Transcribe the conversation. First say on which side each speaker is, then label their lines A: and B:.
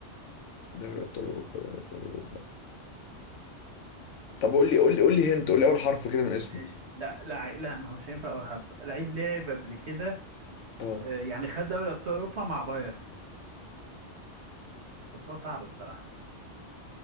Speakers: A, on the left; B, on the right.
A: دوري ابطال اوروبا دوري ابطال اوروبا طب قول لي قول لي قول لي هنت قول لي اول حرف كده من اسمه
B: ماشي لا لا عي- لا ما هوش هينفع اول حرف لعيب لعب قبل كده
A: اه
B: آه، يعني خد دوري ابطال اوروبا مع باير بس هو صعب بصراحه